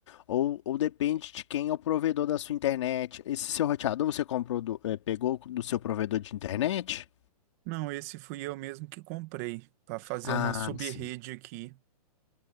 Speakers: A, on the left (about 50°); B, on the right (about 25°).
A: Ou, ou depende de quem é o provedor da sua internet. Esse seu roteador você comprou do- eh, pegou do seu provedor de internet?
B: Não, esse fui eu mesmo que comprei para fazer
A: Ah,
B: uma sub-rede
A: sim.
B: aqui.